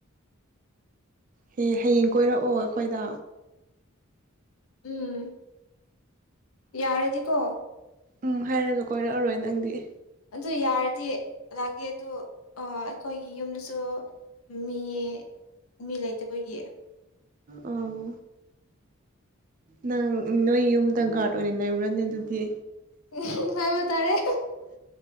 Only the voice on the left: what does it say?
ꯎꯝ ꯌꯥꯔꯦꯗꯤꯀꯣ
ꯑꯗꯨ ꯌꯥꯔꯗꯤ ꯂꯥꯛꯑꯒꯦ ꯑꯗꯨ ꯑ ꯑꯩꯈꯣꯏꯒꯤ ꯌꯨꯝꯗ ꯁꯣ ꯃꯤ ꯃꯤ ꯂꯩꯇꯕꯒꯤ
ꯎꯝ ꯍꯥꯏꯕ ꯇꯥꯔꯦ